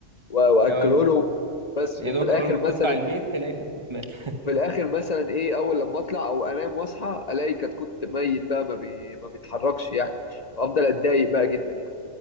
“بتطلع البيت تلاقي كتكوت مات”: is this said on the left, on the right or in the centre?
Right